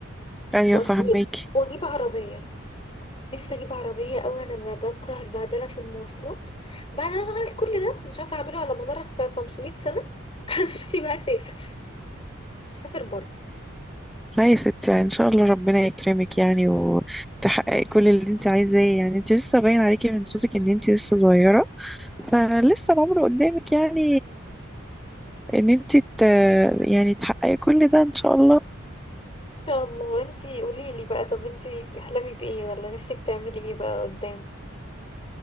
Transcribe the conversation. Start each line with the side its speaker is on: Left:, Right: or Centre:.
Centre: ايوه
Left: واجيب
Centre: فاهمك
Left: واجيب عربية نفسي اجيب عربية اوي انا ب- بكره البهدلة في المواصلات بعد ما عملت كل ده مش عارفة اعمله على مدار خ- 500 سنة <laughs> نفسي بقى اسافر اسافر برضه
Centre: لا يا ستي ان شاء الله ربنا يكرمك يعني وتحققي كل اللي انت عايزاه يعني انت لسه باين عليكي من صوتك ان انت لسه صغيرة فلسه العمر قدامك يعني ان انت ت... يعني تحققي كل ده ان شاء الله
Left: ان شاء الله انتي قوليلي بقى طب انتي بتحلمي بايه ولا نفسك تعملي ايه بقى قدام